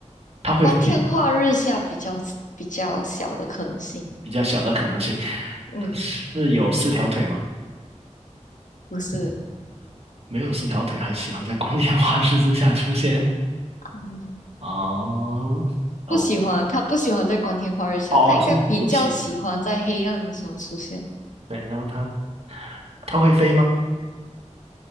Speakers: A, on the right (about 50°); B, on the left (about 90°).
A: 它会飞，
B: 光天化日下比较比较小的可能性。
A: 比较小的可能性。
B: 嗯，
A: 它是有四条腿吗？
B: 不是，
A: 没有四条腿，还喜欢在光天化日之下出现？
B: 嗯
A: 哦，哦，
B: 不喜欢，他不喜欢在光天化日下，
A: 哦，
B: 他应该比较喜欢在黑暗的时候出现。
A: 是不行。对，然后它它会飞吗？